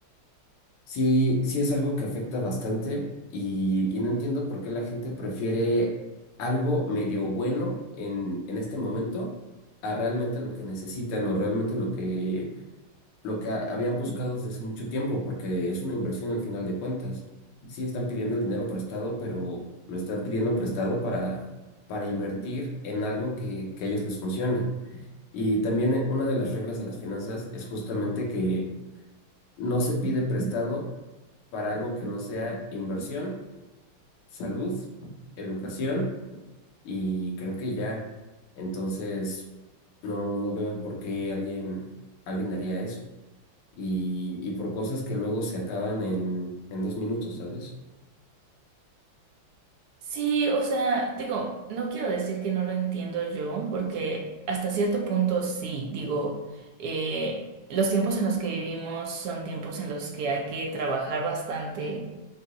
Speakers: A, on the left; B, on the right.
A: sí, sí es algo que afecta bastante y, y no entiendo por qué la gente prefiere algo medio bueno en, en este momento a realmente lo que necesitan o realmente lo que lo que ha- habían buscado desde hace mucho tiempo, porque es una inversión al final de cuentas. Sí están pidiendo el dinero prestado, pero lo están pidiendo prestado para, para invertir en algo que, que a ellos les funciona. Y también eh, una de las reglas de las finanzas es justamente que no se pide prestado para algo que no sea inversión, salud, educación y creo que ya. Entonces, no, no veo el por qué alguien, alguien haría eso y, y por cosas que luego se acaban en, en dos minutos, ¿sabes?
B: Sí, o sea, digo, no quiero decir que no lo entiendo yo, porque hasta cierto punto sí, digo, eh, los tiempos en los que vivimos son tiempos en los que hay que trabajar bastante